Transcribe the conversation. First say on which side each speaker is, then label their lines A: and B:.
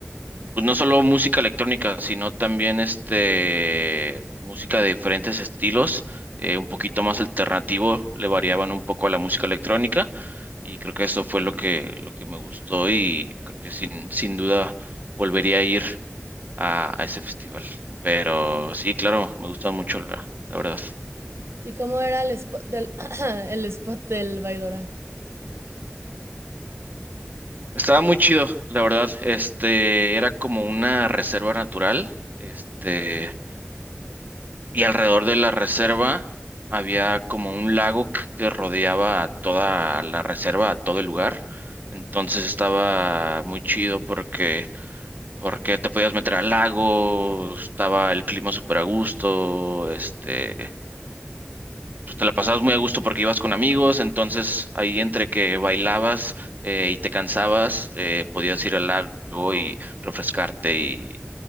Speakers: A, on the right; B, on the right.
A: pues no solo música electrónica, sino también este música de diferentes estilos, eh, un poquito más alternativo, le variaban un poco a la música electrónica y creo que eso fue lo que lo que me gustó y creo que sin sin duda volvería a ir a, a ese festival. Pero sí, claro, me gustó mucho la, la verdad.
B: ¿Y cómo era el spot del, <clears throat> el spot del Baidora?
A: Estaba muy chido, la verdad. Este era como una reserva natural. Este Y alrededor de la reserva había como un lago que rodeaba a toda la reserva, a todo el lugar. Entonces estaba muy chido porque, porque te podías meter al lago, estaba el clima súper a gusto, este, pues te la pasabas muy a gusto porque ibas con amigos, entonces ahí entre que bailabas eh, y te cansabas, eh, podías ir al lago y refrescarte y,